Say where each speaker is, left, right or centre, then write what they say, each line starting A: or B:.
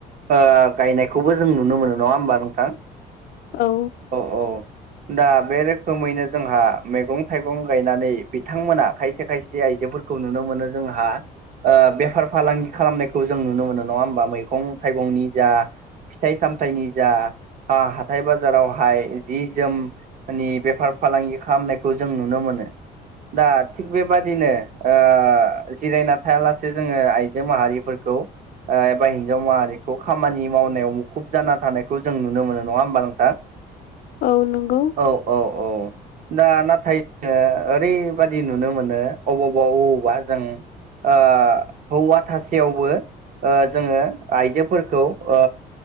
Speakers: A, on the right; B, on the left.
A: ओ गायनायखौबो जों नुनो मोनो नङा होमबा नोंथां।
B: औ
A: औ औ दा बे रो खोमैनो जोंहा मैगं थाइगं गायनानै बिथांमोना खायसे खायसे आइजोफोरखौ नुनो मोनो जो जोंहा ओ बेफार फालांगि खालामनायखौ जों नुनो मोनो नङा होमबा। मैगं थाइगंनि जा फिथाइ सामथाइनि जा आ हाथाय बाजारावहाय जि जोमनि बेफार फालांगि खालामनायखौ जों नुनो मोनो। दा थिग बेबादिनो ओ जिरायना थायालासे जोङो आइजो माहारिफोरखौ। ओ एबा हिन्जाव माहारि खौ खामानि मावनायाव मुखुब जाना थानायखौ जों नुनो मोनो नङा होमबा नोंथां।
B: औ नंगौ
A: औ औ औ दा नाथाय जोङो ओरैबादि नुनो मोनो अबावबा अबावबा जों ओ हौवा थासेयावबो ओ जोङो आइजो फोरखौ ओ